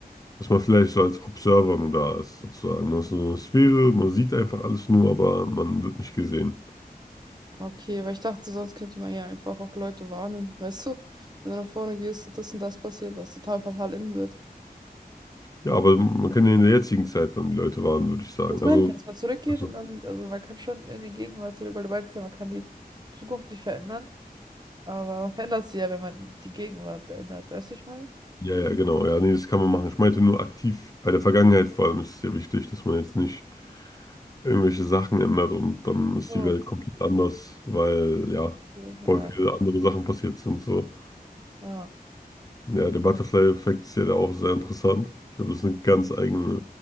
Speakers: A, on the left (about 20°); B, on the right (about 25°).
A: dass man vielleicht so als Observer nur da ist, sozusagen. Man ist in so einer Sphäre, man sieht einfach alles nur, aber man wird nicht gesehen.
B: Okay, weil ich dachte, sonst könnte man ja einfach auch Leute warnen, weißt du? Wenn du nach vorne gehst und das und das passiert, was total fatal enden wird.
A: Ja, aber man kann ja in der jetzigen Zeit dann die Leute warnen, würde ich sagen.
B: Das meine
A: Also,
B: ich ja, dass man zurückgeht
A: also,
B: und dann, also man kann schon in die Gegenwart zurück, weil du meinst ja, man kann die Zukunft nicht verändern, aber man verändert sie ja, wenn man die Gegenwart ändert, weißt du, ich meine?
A: ja, ja, genau. Ja, nee, das kann man machen. Ich meinte nur aktiv bei der Vergangenheit vor allem ist es ja wichtig, dass man jetzt nicht irgendwelche Sachen ändert und dann ist
B: So.
A: die Welt komplett anders, weil ja,
B: okay,
A: voll
B: Ja,
A: viele andere Sachen passiert sind. So,
B: ja.
A: ja, der Butterfly-Effekt ist ja da auch sehr interessant. Ich glaube, das ist eine ganz eigene,